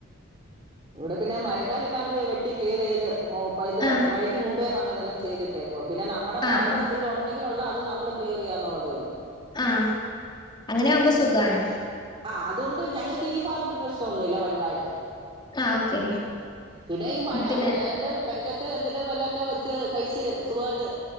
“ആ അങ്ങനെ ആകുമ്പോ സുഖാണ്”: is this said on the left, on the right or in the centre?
Left